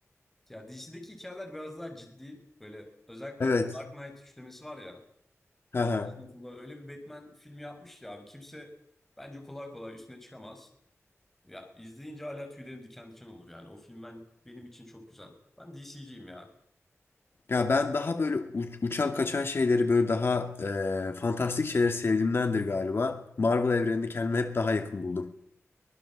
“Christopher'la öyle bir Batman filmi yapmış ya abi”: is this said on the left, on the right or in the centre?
Centre